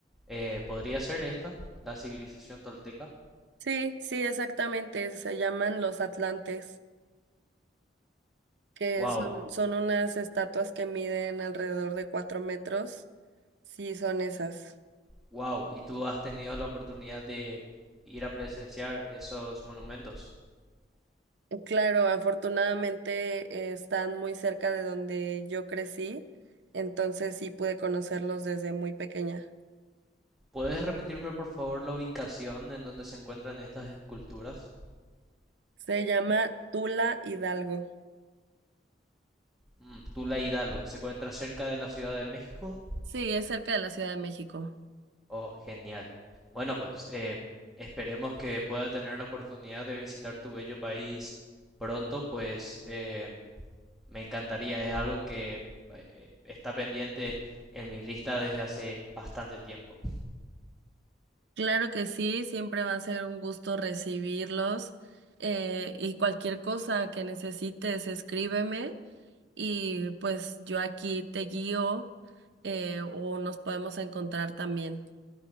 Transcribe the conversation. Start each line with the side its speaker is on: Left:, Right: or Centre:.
Centre: Eh, ¿podría ser esta, la civilización tolteca?
Right: Sí, sí, exactamente, se llaman los Atlantes. que
Centre: Wow,
Right: son, son unas estatuas que miden alrededor de cuatro metros. Sí, son esas.
Centre: wow. ¿Y tú has tenido la oportunidad de ir a presenciar esos monumentos?
Right: Claro, afortunadamente eh, están muy cerca de donde yo crecí, entonces sí pude conocerlos desde muy pequeña.
Centre: ¿Puedes repetirme por favor la ubicación en donde se encuentran estas esculturas?
Right: Se llama Tula Hidalgo.
Centre: Mm, Tula Hidalgo, ¿se encuentra cerca de la Ciudad de México?
Right: Sí, es cerca de la Ciudad de México.
Centre: Oh, genial. Bueno, pues eh, esperemos que pueda tener la oportunidad de visitar tu bello país pronto, pues eh, me encantaría, es algo que eh, está pendiente en mi lista desde hace bastante tiempo.
Right: Claro que sí, siempre va a ser un gusto recibirlos eh, y cualquier cosa que necesites, escríbeme y pues yo aquí te guío eh, o nos podemos encontrar también.